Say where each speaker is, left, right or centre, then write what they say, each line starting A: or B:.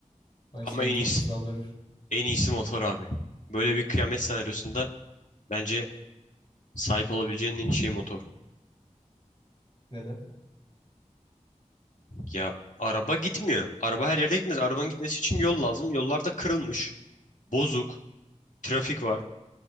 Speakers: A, on the left; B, on the left.
A: Ay seni
B: Ama en
A: çok
B: iyisi.
A: hızlandırır.
B: En iyisi motor abi. Böyle bir kıyamet senaryosunda bence sahip olabileceğin en iyi şey motor.
A: Neden?
B: Ya araba gitmiyor. Araba her yerde gitmez. Arabanın gitmesi için yol lazım. Yollarda kırılmış, bozuk, trafik var.